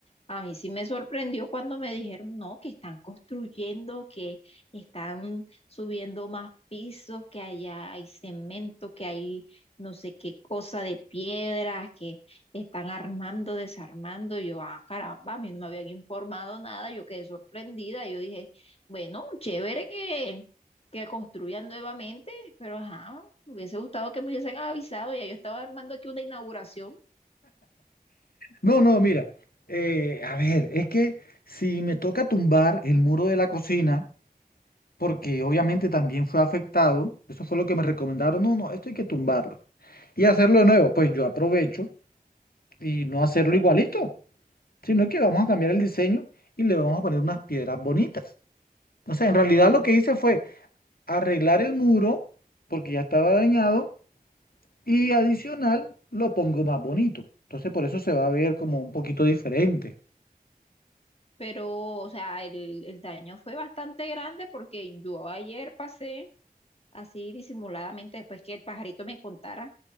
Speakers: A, on the left; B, on the left.
A: A mí sí me sorprendió cuando me dijeron, no, que están construyendo, que están subiendo más pisos, que allá hay cemento, que hay no sé qué cosa de piedras, que están armando, desarmando. Y yo, ah, caramba, a mí no me habían informado nada, yo quedé sorprendida. Yo dije, bueno, chévere que que construyan nuevamente, pero ajá, me hubiese gustado que me hubiesen avisado, ya yo estaba armando aquí una inauguración.
B: No, no, mira, eh, a ver, es que si me toca tumbar el muro de la cocina, porque obviamente también fue afectado. Eso fue lo que me recomendaron. No, no, esto hay que tumbarlo y hacerlo de nuevo. Pues yo aprovecho y no hacerlo igualito, sino que vamos a cambiar el diseño y le vamos a poner unas piedras bonitas. O sea, en realidad
A: Ah,
B: lo que hice fue arreglar el muro porque ya estaba dañado y adicional lo pongo más bonito. Entonces por eso se va a ver como un poquito diferente.
A: Pero, o sea, el, el daño fue bastante grande porque yo ayer pasé así disimuladamente después que el pajarito me contara